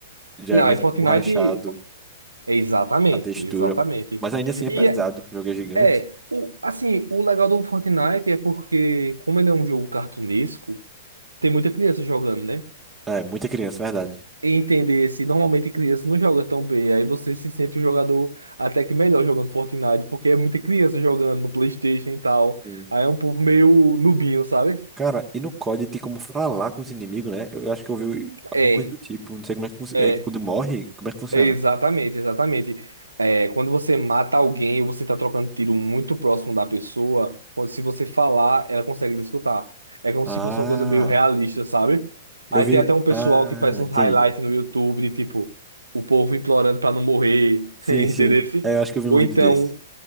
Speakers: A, on the right; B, on the right.
A: já
B: Não,
A: é mais
B: é Fortnite.
A: borrachado
B: é Exatamente,
A: a textura.
B: exatamente.
A: Mas ainda assim é
B: E
A: pesado. O jogo é gigante.
B: é, o, assim, o legal do Fortnite é porque, como ele é um jogo cartunesco, tem muita criança jogando, né?
A: É, muita criança, verdade.
B: entender se normalmente criança não joga tão bem. Aí você se sente um jogador até que melhor jogando Fortnite, porque é muita criança jogando no PlayStation e tal.
A: Sim.
B: Aí é um povo meio nubinho, sabe?
A: Cara, e no COD tem como falar com os inimigos, né? Eu acho que eu ouvi alguma
B: É,
A: coisa do tipo. Não sei como é que fun-
B: é.
A: é, quando morre, como é que funciona?
B: Exatamente, exatamente. É, quando você mata alguém, você está trocando tiro muito próximo da pessoa. Quando, se você falar, ela consegue lhe escutar. É como
A: Ah,
B: se fosse uma coisa meio realista, sabe?
A: eu
B: Aí
A: vi.
B: tem até um pessoal
A: Ah,
B: que faz uns
A: entendi.
B: highlights no YouTube de tipo, o povo implorando para não morrer,
A: Sim,
B: <laughs> entendeu?
A: sim. É, eu acho que eu vi
B: Ou
A: um vídeo
B: então,
A: desse.